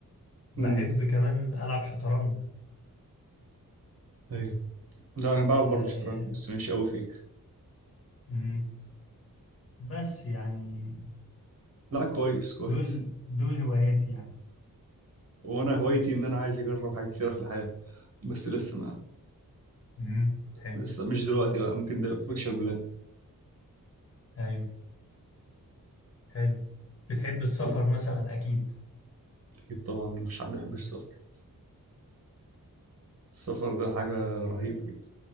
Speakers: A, on the left; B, on the right.
A: بحب
B: امم
A: كمان ألعب شطرنج
B: ايوه لا انا بلعب
A: آه،
B: برضه شطرنج بس مش قوي فيه
A: مم. بس يعني
B: لا كويس كويس
A: دول دول هواياتي يعني
B: وانا هوايتي ان انا عايز اجرب حاجات كتيره في الحياه بس لسه ما
A: مم. حلو
B: لسه مش دلوقتي بقى ممكن ده فيوتشر بلان
A: أيوه حلو بتحب السفر
B: لا
A: مثلا أكيد
B: اكيد طبعا مفيش حد يحب السفر السفر ده حاجه رهيبه جدا